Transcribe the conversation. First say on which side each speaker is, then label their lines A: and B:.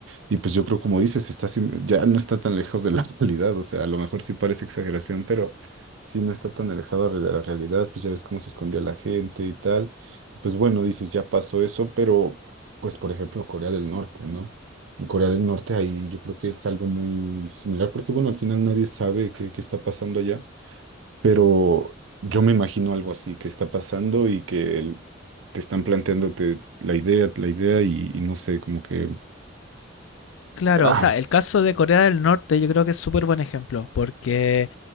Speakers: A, on the right; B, on the left.
A: Y pues yo creo, como dices, está sim- ya no está tan lejos de la <laughs> realidad, o sea, a lo mejor sí parece exageración, pero sí no está tan alejado de la realidad, pues ya ves cómo se escondía la gente y tal. Pues bueno, dices, ya pasó eso, pero pues por ejemplo, Corea del Norte, ¿no? En Corea del Norte ahí yo creo que es algo muy similar, porque bueno, al final nadie sabe qué, qué está pasando allá. Pero yo me imagino algo así que está pasando y que el- te están planteándote la idea, la idea y, y no sé, como que...
B: Claro,
A: Ah,
B: o sea, el caso de Corea del Norte yo creo que es súper buen ejemplo, porque